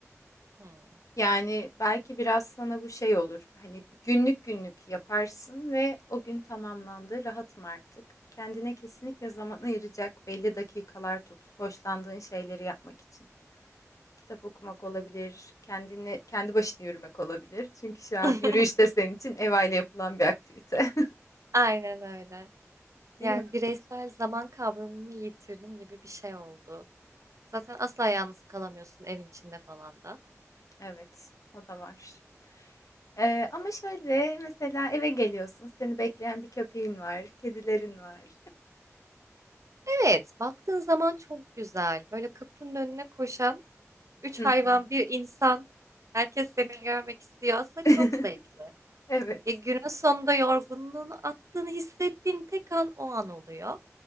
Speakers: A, on the right; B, on the left.
A: Hmm.
B: Yani belki biraz sana bu şey olur. Hani bir günlük günlük yaparsın ve o gün tamamlandı. Rahatım artık. Kendine kesinlikle zaman ayıracak belli dakikalar tut. Hoşlandığın şeyleri yapmak için. Kitap okumak olabilir, kendine kendi başına yürümek olabilir. Çünkü şu an
A: <laughs>
B: yürüyüş de senin için ev aile yapılan bir aktivite.
A: Aynen öyle.
B: <laughs> Değil
A: Yani
B: mi?
A: bireysel zaman kavramımı yitirdim gibi bir şey oldu. Zaten asla yalnız kalamıyorsun evin içinde falan da.
B: Evet, o da var. Ee, ama şöyle mesela eve geliyorsun, seni bekleyen bir köpeğin var, kedilerin var.
A: Evet, baktığın zaman çok güzel. Böyle kapının önüne koşan üç
B: <laughs> Hı
A: hayvan,
B: hı.
A: bir insan. Herkes seni görmek istiyor. Aslında
B: <laughs>
A: çok zevkli.
B: Evet.
A: Ya günün sonunda yorgunluğunu attığını hissettiğin tek an o an oluyor.